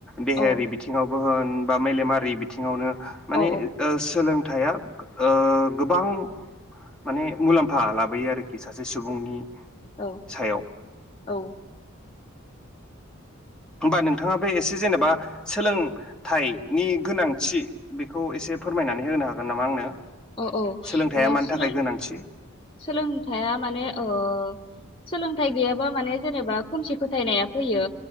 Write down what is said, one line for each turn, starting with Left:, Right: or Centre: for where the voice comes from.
Centre: देहायारि
Left: औ
Centre: बिथिङाव बो होन बा मेलेमारि बिथिङावनो माने
Left: औ
Centre: ओ सोलों थाइया ओ गोबां माने मुलाम्फा लाबोयो आरोखि सासे सुबुंनि
Left: औ
Centre: सायाव
Left: औ
Centre: होमबा नोंथाङा बे एसे जेनेबा सोलों थाइ नि गोनांथि बेखौ एसे फोरमायनानै होनो हागोन नामा आंनो?
Left: औ औ
Centre: सोलोंथाइया
Left: ओ
Centre: मानि
Left: सोलों
Centre: थाखाय गोनांथि
Left: सोलोंथाइया माने ओ सोलोंथाइ गैयाबा माने जेनेबा खोमसि फोथायनाया फैयो।